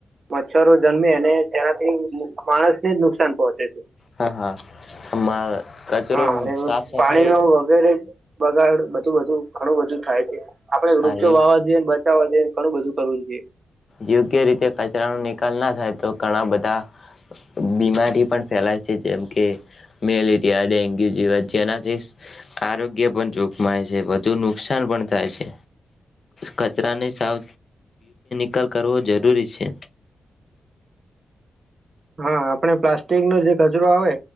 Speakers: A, on the right; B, on the left.
A: મચ્છરો જન્મે અને તેનાથી માણસને જ નુકસાન પહોંચે છે
B: હા હા. માં કચરો
A: હા અને
B: સાફ સફાઈ
A: પાણી નો વગેરે બગાડ બધું બધું ઘણું બધું થાય છે આપણે
B: હા
A: વૃક્ષો વાવા જોઈએ બચાવવા જોઈએ ણુ બધું કરવું જોઈએ
B: યોગ્ય રીતે કચરા નિક ના થાય તો ઘણા બધા બીમારી પણ ફેલાય છે જેમ કે મેલેરિયા ડેન્ગ્યુ જેવા જેનાથી આરોગ્ય પણ જોખમાય છે વધુ નુકસાન પણ થાય છે કચરાની સાવ લ કરવો જરૂરી છે.
A: હા આપડ પ્લાસ્ટિક નો જે કચરો આવે